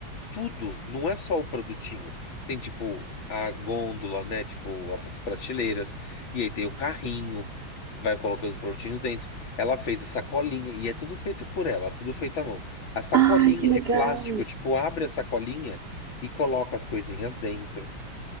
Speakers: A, on the left; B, on the right.
A: tudo, não é só o produtinho. Tem, tipo, a gôndola, né? Tipo, as prateleiras. E aí tem o carrinho, vai colocando os produtinhos dentro. Ela fez a sacolinha, e é tudo feito por ela, tudo feito à mão. A sacolinha
B: Ai, que legal.
A: de plástico, tipo, abre a sacolinha e coloca as coisinhas dentro.